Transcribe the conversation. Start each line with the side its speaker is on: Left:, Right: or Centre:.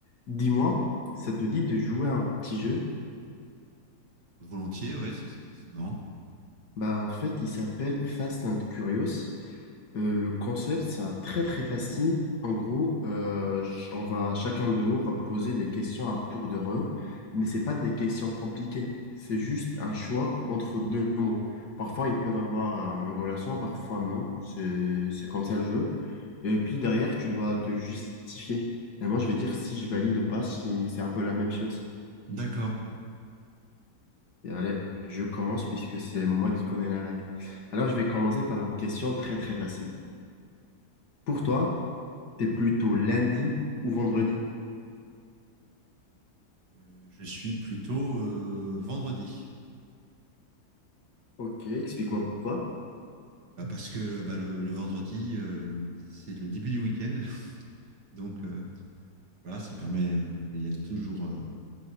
Left: Dis-moi, ça te dit de jouer à un petit jeu?
Right: Volontiers, ouais, ce serait, c'est marrant.
Left: Bah en fait, il s'appelle Fast and Curious. Euh, le concept, c'est un très très facile. En gros, euh, ch- on va chacun de nous va poser des questions à tour de rôle, mais c'est pas des questions compliquées. C'est juste un choix entre deux mots. Parfois, ils peuvent avoir euh, une relation, parfois non. C'est c'est comme ça le jeu. Et puis derrière, tu dois te justifier. Et moi, je vais dire si je valide ou pas, si c'est un peu la même chose.
Right: D'accord.
Left: Et allez, je commence puisque c'est moi qui connais la règle. Alors, je vais commencer par une question très très facile. Pour toi, t'es plutôt lundi ou vendredi?
Right: Euh, je suis plutôt euh, vendredi.
Left: Ok, explique-moi pourquoi.
Right: Bah, parce que bah, le, le vendredi, euh, c'est le début du week-end. <laughs> Donc euh, voilà, ça permet, euh, il y a toujours, euh,